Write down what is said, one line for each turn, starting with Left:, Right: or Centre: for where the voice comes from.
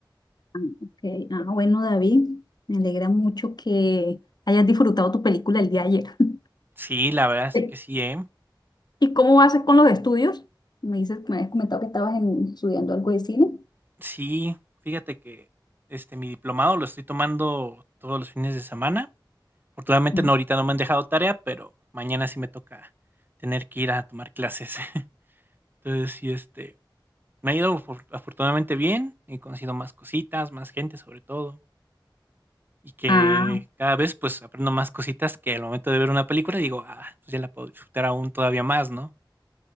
Left: Ah, ok. Ah, bueno, David, me alegra mucho que hayas disfrutado tu película el día de ayer. <laughs>
Right: Sí, la verdad es
Left: Sí.
Right: que sí, ¿eh?
Left: ¿Y cómo vas con los estudios? Me dices, me habías comentado que estabas en- estudiando algo de cine.
Right: Sí, fíjate que este, mi diplomado lo estoy tomando todos los fines de semana Afortunadamente
Left: Sí.
Right: no, ahorita no me han dejado tarea, pero mañana sí me toca tener que ir a tomar clases. <laughs> Entonces, sí, este, me ha ido afor- afortunadamente bien, he conocido más cositas, más gente sobre todo, y que
Left: Ah,
Right: cada vez pues aprendo más cositas que al momento de ver una película digo, ah, pues ya la puedo disfrutar aún todavía más, ¿no?